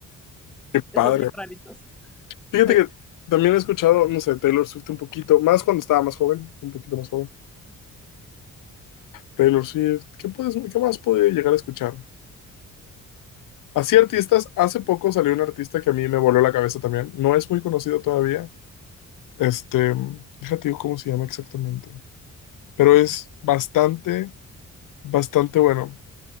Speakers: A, on the left; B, in the centre.
A: qué padre.
B: Y Son bien raritos.
A: Fíjate
B: Sí.
A: que también he escuchado, no sé, Taylor Swift un poquito, más cuando estaba más joven, un poquito más joven. Taylor Swift, ¿qué puedes, qué más puede llegar a escuchar? Así artistas, hace poco salió un artista que a mí me voló la cabeza también. No es muy conocido todavía. Este, déjate digo cómo se llama exactamente. Pero es bastante, bastante bueno.